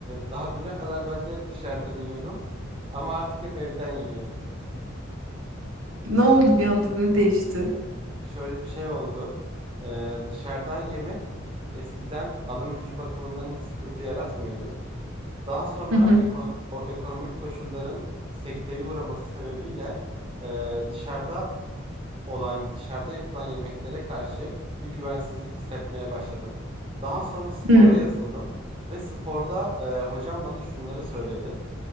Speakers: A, on the right; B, on the right.
A: daha düne kadar ben de hep dışarıdan yiyordum. Ama artık hep evden yiyorum.
B: Ne oldu bir anda? Ne değişti?
A: Şöyle bir şey oldu. E, dışarıdan yemek eskiden alım gücü bakımından hiç sıkıntı yaratmıyordu. Daha sonra
B: Hı hı.
A: ekono- o ekonomik koşulların sekteye uğraması sebebiyle e, dışarıda olan dışarıda yapılan yemeklere karşı bir güvensizlik hissetmeye başladım. Daha sonra spora
B: Hmm.
A: yazıldım ve sporda e, hocam bana şunları söyledi.